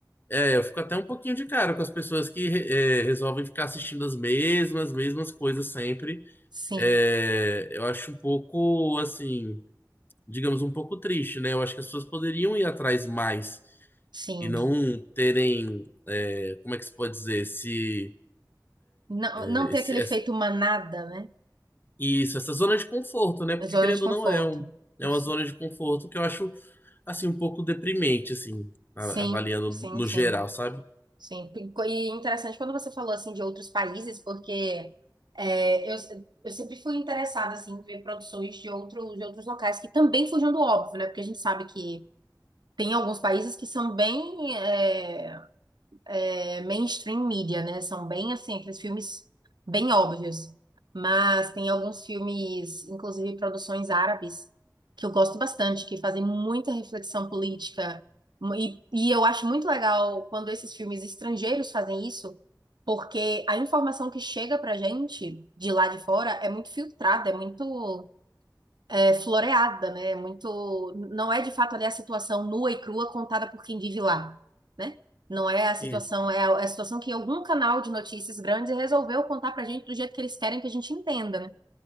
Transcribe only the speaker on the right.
Sim,
sim.
Não,
não ter
aquele
efeito manada, né?
É Zona
de conforto.
Isso.
Sim,
sim,
sim,
sim. E co- e interessante quando você falou assim de outros países, porque é, eu, eu sempre fui interessada assim em ver produções de outros de outros locais que também fujam do óbvio, né? Porque a gente sabe que tem alguns países que são bem é, é, mainstream media, né? São bem assim, aqueles filmes bem óbvios. Mas tem alguns filmes, inclusive produções árabes, que eu gosto bastante, que fazem muita reflexão política. E, e eu acho muito legal quando esses filmes estrangeiros fazem isso, porque a informação que chega pra gente de lá de fora é muito filtrada, é muito é floreada, né? É Muito, não é de fato ali a situação nua e crua contada por quem vive lá, né? Não é a situação,
é a, é a situação que algum canal de notícias grande resolveu contar pra gente do jeito que eles querem que a gente entenda, né?